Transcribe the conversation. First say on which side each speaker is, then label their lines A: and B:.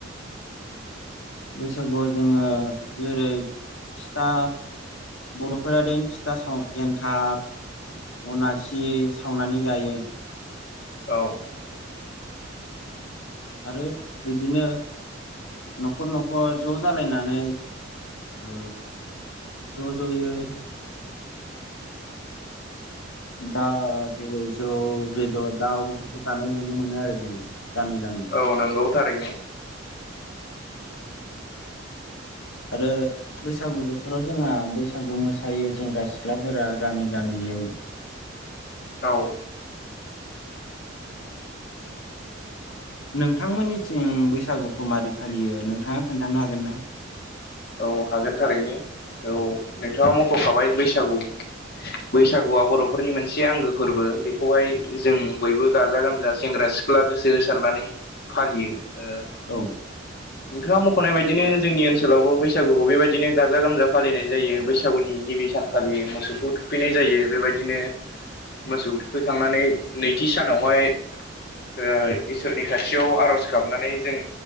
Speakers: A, on the left; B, on the left.
A: बैसागुआव जोङो जेरै फिथा बर'फोरादेन फिथा साव एनथाब अनासि सावनानै जायो
B: औ
A: आरो बिदिनो न'खर न'खर ज' जालायनानै ओ ज' ज'यै दा जेरै जौ बेदर दाउ बेसखौ जानाय नुनो मोनो आरो जोङो गामि गामि
B: औ नंगौ थारैनो
A: आरो बैसागु बोथोराव जोंहा बैसागु मोसायो सेंग्रा सिख्लाफोरा गामि गामियै
B: औ
A: नोंथांमोननिथिं बैसागुखौ मारै फालियो नोंथाङा खोन्थानो हागोन ना?
B: औ हागोन थारैनो औ नोंथाङा मख'खाबाय बैसागु
A: <inaudible>
B: बैसागुआ बर'फोरनि मोनसे आंगो फोरबो बेखौहाय जों बयबो गाजा गोमजा सेंग्रा सि ख्ला गोसो होसारनानै फालियो ओ
A: औ
B: नोंथाङा मख'नाय बायदिनो जोंनि ओनसोलावबो बै बैसागुखौ बेबायदिनो गाजा गोमजा फालिनाय जायो बैसागुनि गिबि सानखालि मोसौखौ थुफैनाय जायो बेबायदिनो
A: <inaudible>
B: मोसौ थुखैखांनानै नैथि सानावहाय ओ इसोरनि खाथियाव आर'ज गाबनानै जों